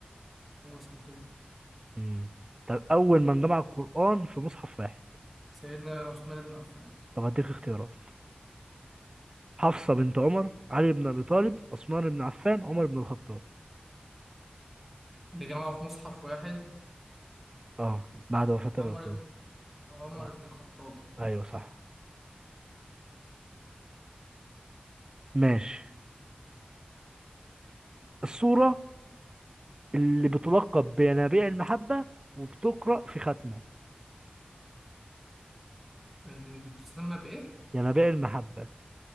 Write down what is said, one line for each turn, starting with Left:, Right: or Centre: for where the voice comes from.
Centre: هو اسمه كده
Right: مم. طب أول من جمع القرآن في مصحف واحد
Centre: سيدنا عثمان بن عفان
Right: طب هديك اختيارات حفصة بنت عمر علي بن أبي طالب عثمان بن عفان عمر بن الخطاب
Centre: اللي جمعه في مصحف واحد
Right: اه بعد وفاة
Centre: عمر
Right: الرسول
Centre: عمر
Right: آه.
Centre: بن الخطاب
Right: ايوه صح ماشي الصورة اللي بتلقب بينابيع المحبة وبتقرأ في ختمة
Centre: اللي بتسمى بإيه؟
Right: ينابيع المحبة